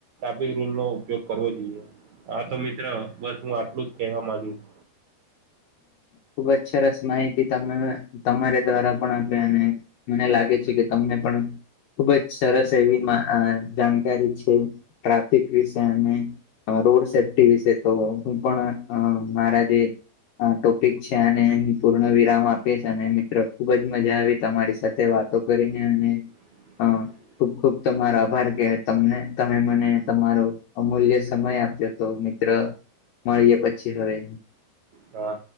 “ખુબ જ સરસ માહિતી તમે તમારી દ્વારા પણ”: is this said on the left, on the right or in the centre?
Left